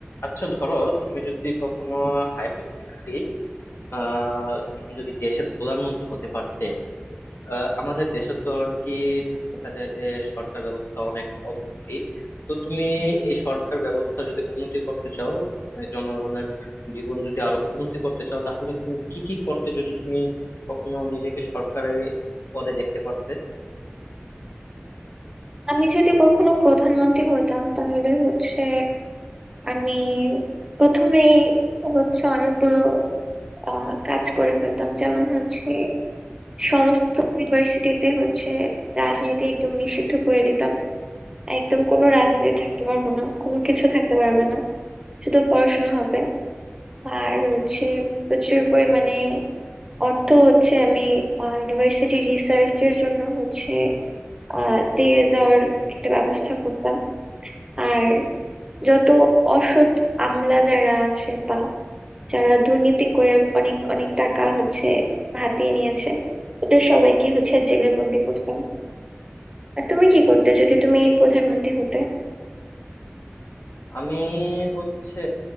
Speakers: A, on the left; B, on the right.
A: আচ্ছা ধরো তুমি যদি কখনো হাইপোথেটিক্যালি আহ তুমি যদি দেশের প্রধানমন্ত্রী হতে পারতে আহ, আমাদের দেশে তো আর কি দেখা যায় যে সরকার ব্যবস্থা অনেক অবনতি তো তুমি এই সরকার ব্যবস্থা যদি উন্নতি করতে চাও মানে জনগণের জীবন যদি আরো উন্নতি করতে চাও তাহলে তুমি কি কি করতে যদি তুমি কখনো নিজেকে সরকারের পদে দেখতে পারতে
B: আমি যদি কখনো প্রধানমন্ত্রী হতাম তাহলে হচ্ছে আমি প্রথমেই হচ্ছে অনেকগুলো আহ, কাজ করে ফেলতাম যেমন হচ্ছে সমস্ত ইউনিভার্সিটিতে হচ্ছে রাজনীতি একদম নিষিদ্ধ করে দিতাম একদম কোনো রাজনীতি থাকতে পারবে না কোনো কিছু থাকতে পারবে না শুধু পড়াশোনা হবে আর হচ্ছে প্রচুর পরিমাণে অর্থ হচ্ছে আমি ইউনিভার্সিটি রিসার্চের জন্য হচ্ছে আহ দিয়ে দেওয়ার একটা ব্যবস্থা করতাম আর যত অসৎ আমলা যারা আছে বা যারা দুর্নীতি করে অনেক অনেক টাকা হচ্ছে হাতিয়ে নিয়েছে ওদের সবাইকে হচ্ছে জেলে বন্দি করতাম আর তুমি কি করতে যদি তুমি প্রধানমন্ত্রী হতে
A: আমি হচ্ছে